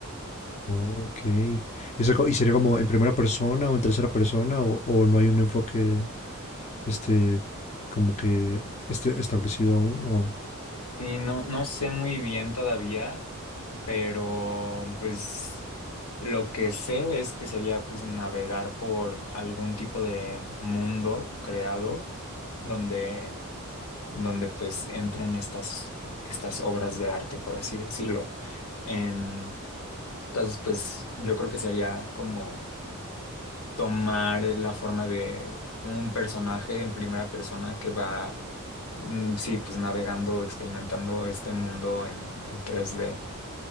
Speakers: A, on the left; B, on the left.
A: Ok. Eso co- ¿Y sería como en primera persona o en tercera persona o, o no hay un enfoque este como que esté establecido aún o...
B: Y no, no sé muy bien todavía, pero pues lo que sé es que sería pues navegar por algún tipo de mundo creado donde, donde pues entren estas, estas obras de arte, por así decirlo. Em, entonces pues yo creo que sería como tomar la forma de un personaje en primera persona que va, mm, sí, pues navegando, experimentando este mundo en, en tres d